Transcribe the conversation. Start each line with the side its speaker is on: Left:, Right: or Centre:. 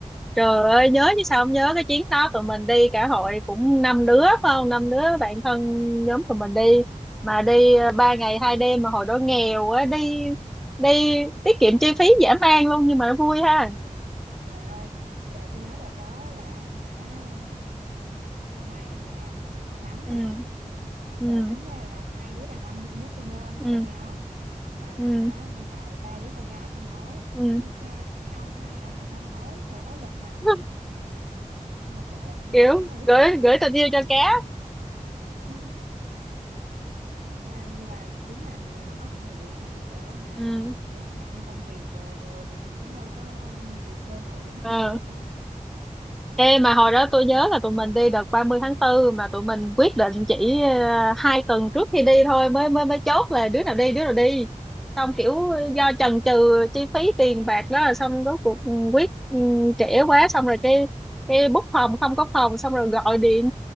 Centre: trời ơi, nhớ chứ sao không nhớ cái chuyến đó tụi mình đi cả hội cũng năm đứa phải không? Năm đứa bạn thân nhóm tụi mình đi
Right: Ừ.
Centre: mà đi
Right: Ừ.
Centre: ờ, ba ngày hai đêm mà hồi đó nghèo á đi đi tiết kiệm chi phí dã man luôn nhưng mà vui ha.
Right: Ừ. trời ơi trời tôi nhớ đợt đó là hả thằng Hoàng nè thằng Thắng nè
Centre: Ừ. Ừ.
Right: Tờ- tính ra là hai đứa đàn ông duy nhất trong
Centre: Ừ.
Right: trong nhóm mà
Centre: Ừ.
Right: hả đi tàu ba đứa con gái không ói
Centre: ừ.
Right: chu cha mấy mấy ông hai ông đàn ông ói trời ói lật mặt
Centre: <laughs>
Right: luôn nhưng mà kệ nhưng
Centre: kiểu
Right: mà đúng là lúc
Centre: gửi
Right: đó là
Centre: gửi
Right: mình
Centre: tình yêu cho cá
Right: kỷ niệm <laughs> à, nhưng mà đúng là nghèo mà có kỷ niệm ở hả
Centre: ừ.
Right: làm ăn công việc đồ rồi thì mình cũng đâu có nhiều cơ hội để đi
Centre: ờ.
Right: chơi nữa đâu bạn
Centre: Ê, mà hồi đó tôi nhớ là tụi mình đi đợt ba mươi tháng tư mà tụi mình quyết định chỉ ờ, hai tuần trước khi đi thôi mới mới mới chốt là đứa nào đi đứa nào đi xong kiểu
Right: ừ, đúng
Centre: do chần chừ chi phí tiền bạc đó xong rốt cuộc ừ, quyết ừ, trễ quá xong rồi cái cái book phòng không có phòng xong rồi gọi điện